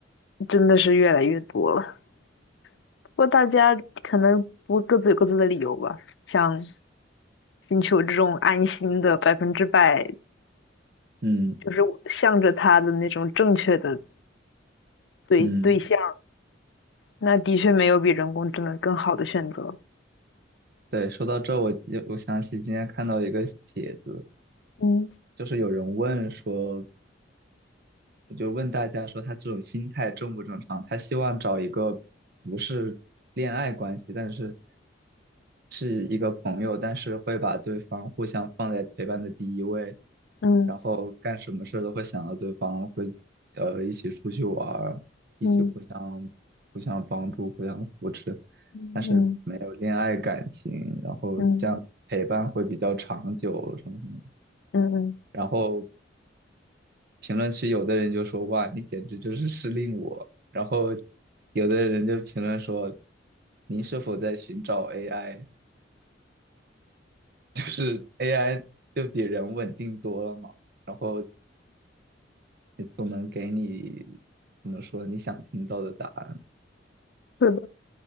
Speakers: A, on the left; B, on the right.
A: 真的是越来越多了，不过大家可能不各自有各自的理由吧，想寻求这种安心的百分之百
B: 嗯
A: 就是向着他的那种正确的对对象，
B: 嗯。
A: 那的确没有比人工智能更好的选择。
B: 对，说到这，我就我想起今天看到一个帖子，
A: 嗯
B: 就是有人问说，就问大家说他这种心态正不正常？他希望找一个不是恋爱关系，但是是一个朋友，但是会把对方互相放在陪伴的第一位，
A: 嗯
B: 然后干什么事都会想到对方，会呃一起出去玩儿，一起互相互相帮助、
A: 嗯
B: 互相扶持，
A: 嗯嗯
B: 但是没有恋爱感情，然后这样陪伴会比较长久什么什么。
A: 嗯嗯嗯，
B: 然后评论区有的人就说哇，你简直就是失令我，然后有的人就评论说您是否在寻找 AI？就是 AI 就比人稳定多了嘛，然后也总能给你怎么说你想听到的答案。
A: 对的。